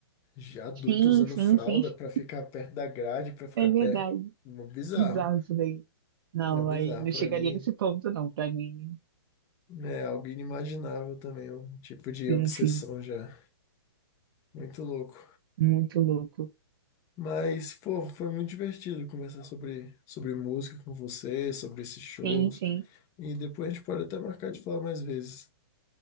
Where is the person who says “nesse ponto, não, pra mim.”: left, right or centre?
Right